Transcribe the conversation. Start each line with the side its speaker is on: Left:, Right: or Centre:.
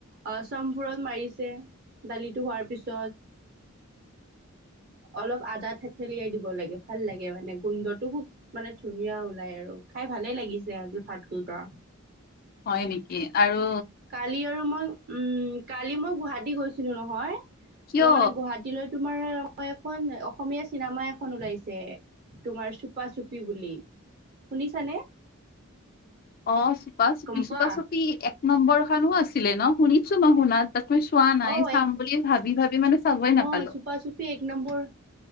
Right: অ চমফুৰত মাৰিছে দালিটো হোৱাৰ পিছত।
Left: <inaudible>
Right: অলপ আদা থেতেলিয়াই দিব লাগে। ভাল লাগে মানে গোন্ধটো খুব মানে ধুনীয়া ওলাই আৰু খাই ভালে লাগিছে আজি ভাত কেইটা।
Left: হয় নেকি? আৰু
Right: কালি আৰু মই উম কালি মই গুৱাহাটী গৈছিলো নহয়
Left: কিয়
Right: ত মানে গুৱা হাটী এতি লৈ তোমাৰ এখন অসমীয়া চিনেমা এখন ওলাইছে। তোমাৰ চুপা চুপি বুলি শুনিছানে?
Left: অ চুপা চুপি
Right: গম পোৱা?
Left: চুপা চুপি এক নম্বৰ খানো আছিলে ন? শুনিছো মই শুনা তু চোৱা নাই,
Right: অ
Left: চাম
Right: এক
Left: বুলি ভাবি ভাবি মানে চাবই নাপালো।
Right: অ চুপা চুপি এক নম্বৰ